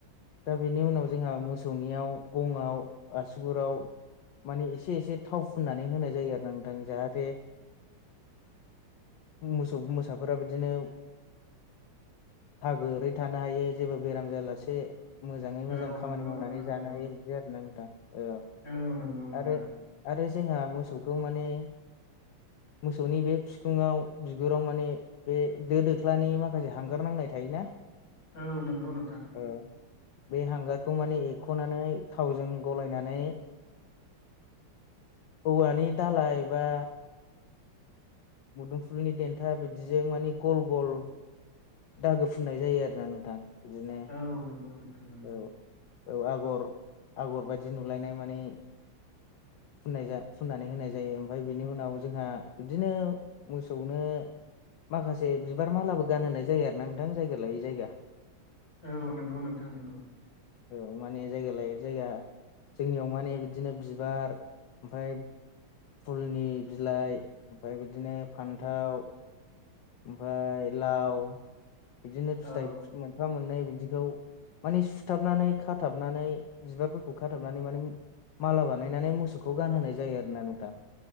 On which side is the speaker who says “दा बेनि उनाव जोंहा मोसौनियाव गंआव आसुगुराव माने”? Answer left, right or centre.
Left